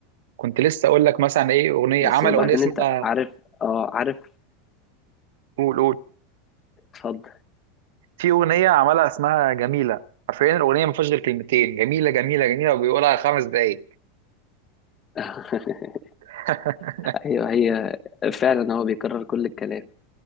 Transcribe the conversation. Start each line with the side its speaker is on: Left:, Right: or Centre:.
Right: كنت لسه أقول لك مثلا إيه أغنية
Left: بس
Right: عمل
Left: وبعدين
Right: أغنية اسمها
Left: انت عارف اه عارف
Right: قول قول
Left: اتفضل
Right: في أغنية عملها اسمها جميلة حرفيا الأغنية ما فيهاش غير كلمتين جميلة جميلة جميلة وبيقولها خمس دقايق
Left: <laughs>
Right: <laughs>
Left: ايوه هي فعلا هو بيكرر كل الكلام